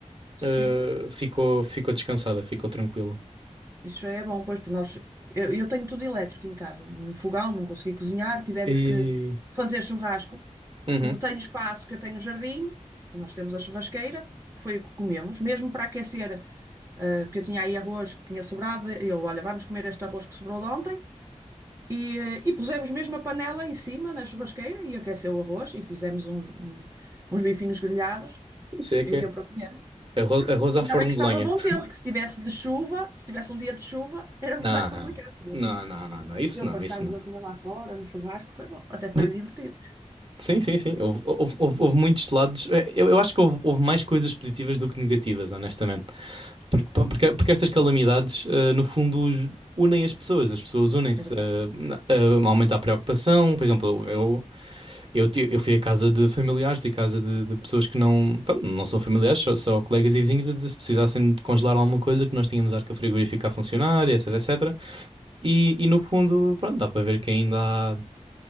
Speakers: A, on the right; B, on the right.
A: Sim.
B: eh, ficou, ficou descansada, ficou tranquila.
A: Isso já é bom, pois, porque nós. Eu, eu tenho tudo elétrico em casa. Um fogão, não consegui cozinhar, tivemos
B: E.
A: que fazer churrasco.
B: Uhum,
A: Como tenho espaço, que eu tenho jardim, nós temos a churrasqueira, foi o que comemos. Mesmo para aquecer, eh, porque eu tinha aí arroz que tinha sobrado, eu, olha, vamos comer este arroz que sobrou de ontem. E, eh, e pusemos mesmo a panela em cima na churrasqueira e aqueceu o arroz e fizemos uns, um- uns bifinhos grelhados
B: não sei o
A: e
B: que
A: deu
B: é.
A: para comer.
B: Arroz, arroz à
A: Ainda
B: forno
A: bem que estava
B: de lenha.
A: bom tempo, que se tivesse de chuva, se tivesse um dia de chuva, era
B: Não,
A: muito mais complicado,
B: não,
A: assim.
B: não, não, não, Isso
A: E eu
B: não,
A: para estarmos
B: isso não.
A: a comer lá fora, no churrasco, foi bom. Até foi
B: De-
A: divertido.
B: Sim, sim, sim. Houve, houve- houve- houve muitos lados. Eh, Eu, eu acho que houve, houve mais coisas positivas do que negativas, honestamente. Porque,
A: Sim,
B: pa- porque, porque estas calamidades, eh, no fundo, os- unem as pessoas. As pessoas unem-se.
A: é verdade.
B: eh, na- eh, aumenta a preocupação. Por exemplo, eu, eu, ti- eu fui à casa de familiares e casa de, de pessoas que não, pronto, não são familiares, só, só colegas e vizinhos, a dizer se precisassem de congelar alguma coisa que nós tínhamos arca frigorífica a funcionar, etc, etc. E, e no fundo, pronto, dá para ver que ainda há